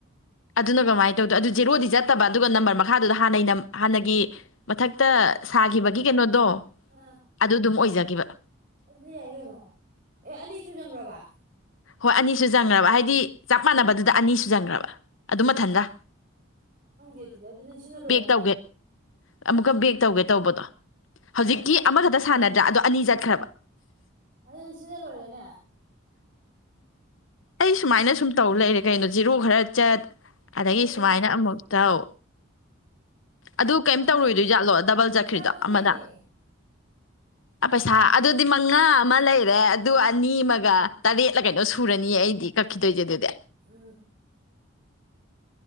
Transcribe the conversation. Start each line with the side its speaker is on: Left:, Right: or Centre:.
Left: ꯑꯗꯨꯅ ꯀꯃꯥꯏꯅ ꯇꯧꯗꯣ ꯑꯗꯨ ꯖꯦꯔꯣꯗꯤ ꯆꯠꯇꯕ ꯑꯗꯨꯒ ꯅꯝꯕꯔ ꯃꯈꯥꯗꯨꯗ ꯍꯥꯟꯅꯩꯩ ꯍꯥꯟꯅꯒꯤ ꯃꯊꯛꯇ ꯁꯥꯈꯤꯕꯒꯤ ꯀꯩꯅꯣꯗꯣ
Right: ꯑꯥ
Left: ꯑꯗꯨ ꯑꯗꯨꯝ ꯑꯣꯏꯖ ꯒꯤꯕ
Right: ꯑꯗꯨꯗꯤ ꯌꯥꯏ ꯀꯩꯅꯣ ꯑꯦ ꯑꯅꯤ ꯁꯨ ꯆꯪꯈ꯭ꯔꯕ
Left: ꯍꯣꯏ ꯑꯅꯤꯁꯨꯖꯟꯈ꯭ꯔꯕ ꯍꯥꯏꯗꯤ ꯆꯞ ꯃꯥꯟꯅꯕꯗꯨꯗ ꯑꯅꯤꯁꯨꯖꯟꯈ꯭ꯔꯕ ꯑꯗꯨꯝ ꯃꯊꯟꯇ
Right: ꯈꯪꯗꯦ ꯑꯗꯨꯗꯤ ꯑꯗꯨꯗꯤ ꯁꯤꯅ ꯂꯣꯏꯔꯦꯅꯦ
Left: ꯇꯧꯒꯦ ꯑꯃꯨꯛꯀ ꯕꯦꯛ ꯇꯧꯒꯦ ꯇꯧꯕꯗꯣ ꯍꯧꯖꯤꯛꯇꯤ ꯑꯃꯈꯛꯇ ꯁꯥꯟꯅꯗ꯭ꯔꯥ ꯑꯗꯣ ꯑꯅꯤ ꯆꯠꯈ꯭ꯔꯕ
Right: ꯎꯝ ꯑꯗꯨꯗꯤ ꯁꯤꯅ ꯂꯣꯏꯔꯦ <inaudible>
Left: ꯑꯩ ꯁꯨꯃꯥꯏꯅ ꯁꯨꯝ ꯇꯧ ꯂꯩꯔꯦ ꯀꯩꯅꯣ ꯖꯤꯔꯣ ꯈꯔ ꯆꯠ ꯑꯗꯒꯤ
Right: ꯑꯗꯨꯗꯤ
Left: ꯁꯨꯃꯥꯏꯅ ꯑꯃꯨꯛ ꯇꯧ ꯑꯗꯨ ꯀꯩꯝ
Right: ꯈꯔ
Left: ꯇꯧꯔꯣꯏꯗꯣꯏ ꯖꯥꯠꯂꯣ ꯗꯕꯜ ꯆꯠꯈ꯭ꯔꯤꯗꯣ
Right: ꯄꯩꯁꯥ ꯀꯛꯇꯣꯏꯅꯦ
Left: ꯑꯃꯅ ꯄꯩꯁꯥ ꯑꯗꯨꯗꯤ ꯃꯉꯥ ꯑꯃ ꯂꯩꯔꯦ ꯑꯗꯨ ꯑꯅꯤ ꯑꯃꯒ ꯇꯔꯦꯠꯂ ꯀꯩꯅꯣ ꯁꯨ ꯑꯩꯗꯤ ꯀꯛꯈꯤꯗꯣꯏꯖꯦ
Right: ꯎꯝ
Left: ꯑꯗꯨꯗꯤ
Right: ꯎꯝ